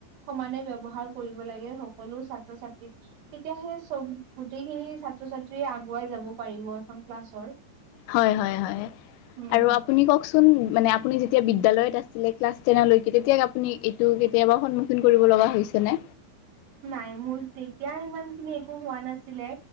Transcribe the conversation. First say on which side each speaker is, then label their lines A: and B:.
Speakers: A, on the right; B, on the left.
A: সমানে ব্যৱহাৰ কৰিব লাগে সকলো ছাত্ৰ ছাত্ৰীক তেতিয়াহে চব গোটেইখিনি ছাত্ৰ ছাত্ৰীয়ে আগুৱাই যাব পাৰিব এখন ক্লাছৰ
B: হয় হয় হয়
A: উম
B: আৰু
A: হুম
B: আপুনি কওকচোন মানে আপুনি যেতিয়া বি- দ্যালয়ত আছিলে ক্লাছ টেনলৈকে তেতিয়া আপুনি এইটো কেতিয়াবা সন্মুখীন কৰিব লগা হৈছে নে?
A: নাই মোৰ তেতিয়া ইমান খিনি একো হোৱা নাছিলে